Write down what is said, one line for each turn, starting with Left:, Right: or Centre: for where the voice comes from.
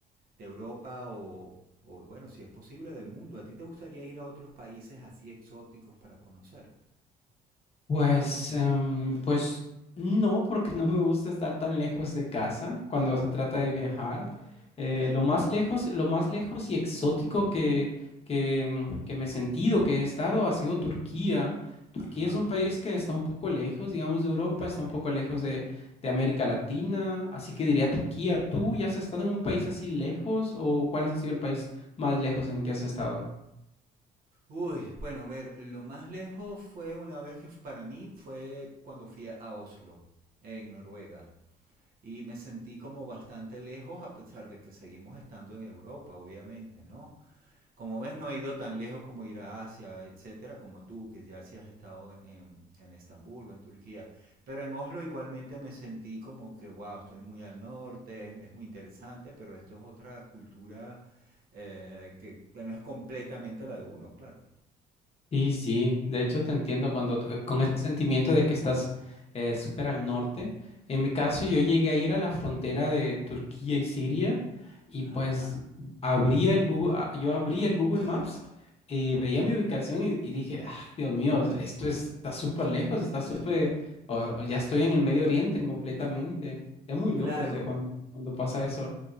Right: de Europa o, o, bueno, si es posible, del mundo. ¿A ti te gustaría ir a otros países así exóticos para conocer?
Left: Pues, em, pues no, porque no me gusta estar tan lejos de casa cuando se trata de viajar. Eh,
Right: Je.
Left: lo más lejos, lo más lejos y exótico que, que, em, que me he sentido, que he estado, ha sido Turquía. Turquía
Right: Ajá.
Left: es un país que está un poco lejos, digamos, de Europa, está un poco lejos de, de América Latina, así que diría Turquía. ¿Tú ya has estado en un país así lejos o cuál ha sido el país más lejos en que has estado?
Right: Uy, bueno, a ver, lo más lejos fue una vez que f- para mí fue cuando fui a Oslo, en Noruega. Y me sentí como bastante lejos a pesar de que seguimos estando en Europa, obviamente, ¿no? Como ves, no he ido tan lejos como ir a Asia, etcétera, como tú, que ya sí has estado en, en Estambul o en Turquía. Pero en Oslo igualmente me sentí como que, wow, estoy muy al norte, es es muy interesante, pero esto es otra cultura eh, que, que no es completamente la de uno, claro.
Left: Sí, sí, de hecho te entiendo cuando t- con el sentimiento de que estás eh, súper al norte. En mi caso, yo llegué a ir a la frontera de Turquía y Siria y
Right: Ajá,
Left: pues abría el Google, a- yo abrí el Google Maps y veía mi ubicación y, y dije, "Ah, Dios mío, esto es- está súper lejos, está súper, o- o ya estoy en el Medio Oriente completamente. Es muy loco,
Right: claro.
Left: o sea, cuando, cuando pasa eso.